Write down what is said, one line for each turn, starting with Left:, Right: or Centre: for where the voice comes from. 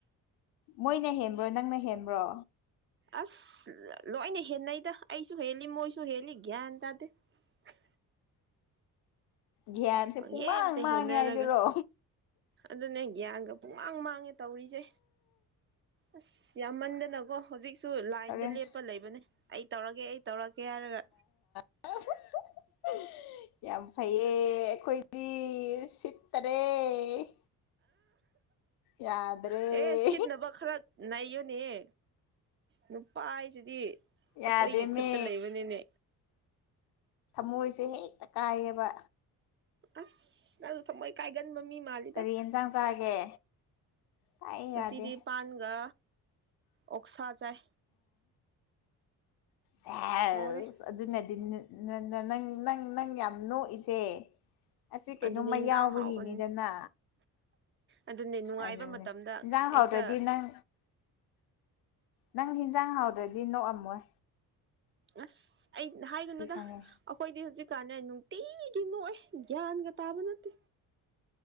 Left: ꯃꯣꯏꯅ ꯍꯦꯟꯕ꯭ꯔꯣ ꯅꯪꯅ ꯍꯦꯟꯕ꯭ꯔꯣ
Right: ꯑꯁ ꯂ ꯂꯣꯏꯅ ꯍꯦꯟꯅꯩꯗ ꯑꯩꯁꯨ ꯍꯦꯜꯂꯤ ꯃꯣꯏꯁꯨ ꯍꯦꯜꯂꯤ ꯒ꯭ꯌꯥꯟ ꯇꯥꯗꯦ ꯍꯥ
Left: ꯒ꯭ꯌꯥꯟꯁꯦ
Right: ꯄꯪꯍꯦꯟꯇ
Left: ꯄꯨꯡꯃꯥꯡ ꯃꯥꯡꯉꯦ
Right: ꯍꯦꯟꯅꯔꯒ
Left: ꯍꯥꯏꯁꯤꯔꯣ
Right: ꯑꯗꯨꯅꯦ ꯒ꯭ꯌꯥꯟꯒ ꯄꯨꯡꯃꯥꯡ ꯃꯥꯡꯉꯦ ꯇꯧꯔꯤꯖꯦ ꯑꯁ ꯌꯥꯝꯃꯟꯗꯅꯀꯣ ꯍꯧꯖꯤꯛꯁꯨ ꯂꯥꯏꯟꯗ
Left: ꯍꯣꯔꯦꯟ
Right: ꯂꯦꯞꯄ ꯂꯩꯕꯅꯦ ꯑꯩ ꯇꯧꯔꯒꯦ ꯑꯩ ꯇꯧꯔꯛꯀꯦ ꯍꯥꯏꯔꯒ
Left: ꯍꯥ ꯍꯥ ꯌꯥꯝ ꯐꯩꯌꯦ ꯑꯩꯈꯣꯏꯗꯤ ꯁꯤꯠꯇ꯭ꯔꯦ ꯌꯥꯗ꯭ꯔꯦ
Right: ꯍꯥ ꯍꯦ ꯁꯤꯠ ꯅꯕ ꯈꯔ ꯅꯩꯌꯨ ꯅꯤꯌꯦ ꯅꯨꯄꯥ ꯍꯥꯏꯁꯤꯗꯤ
Left: ꯌꯥꯗꯦꯃꯤ
Right: ꯑꯩꯈꯣꯏꯒꯤ ꯈꯨꯠꯇ ꯂꯩꯕꯅꯤꯅꯦ
Left: ꯃꯣꯏꯁꯦ ꯍꯦꯛꯇ ꯀꯥꯏꯌꯦꯕ
Right: ꯑꯁ ꯅꯪꯗꯨ ꯊꯃꫭꯏ ꯀꯥꯏꯒꯟ ꯃꯤ ꯃꯥꯜꯂꯤꯗ
Left: ꯀꯔꯤ ꯌꯦꯟꯁꯥꯡ ꯆꯥꯒꯦ ꯀꯥꯏ
Right: ꯉꯁꯤꯗꯤ
Left: ꯌꯥꯗꯦ
Right: ꯄꯥꯟꯒ ꯑꯣꯛꯁꯥ ꯆꯥꯏ
Left: ꯍ ꯑꯗꯨ
Right: ꯍꯥꯎꯔꯦ
Left: ꯑꯗꯨ ꯅꯗꯤ ꯅ ꯅ ꯅꯪ ꯅꯪ ꯅꯪ ꯌꯥꯝ ꯅꯣꯛꯏꯁꯦ ꯑꯁꯤ ꯀꯩꯅꯣꯝꯃ
Right: ꯑꯗꯨꯅꯦ ꯍꯤꯟꯖꯥꯡ
Left: ꯌꯥꯎꯕꯒꯤꯅꯤꯗꯅ
Right: ꯍꯥꯎꯕ ꯑꯗꯨꯅꯦ ꯅꯨꯡꯉꯥꯏꯕ
Left: ꯑꯗꯨꯅꯦ
Right: ꯃꯇꯝꯗ
Left: ꯍꯤꯟꯖꯥꯡ
Right: ꯍꯦꯛꯇ
Left: ꯍꯥꯎꯗ꯭ꯔꯗꯤ ꯅꯪ ꯅꯪ ꯍꯤꯟꯖꯥꯡ ꯍꯥꯎꯗ꯭ꯔꯗꯤ ꯅꯣꯛꯑꯝꯃꯣꯏ
Right: ꯑꯁ ꯑꯩꯅ ꯍꯥꯏꯒꯅꯨꯗ
Left: ꯑꯩ ꯈꯪꯉꯦ
Right: ꯑꯩꯈꯣꯏꯗꯤ ꯍꯧꯖꯤꯛ ꯀꯥꯅꯦ ꯅꯨꯡꯇꯤꯒꯤ ꯅꯣꯛꯑꯦ ꯒ꯭ꯌꯥꯟꯒ ꯇꯥꯕ ꯅꯠꯇꯦ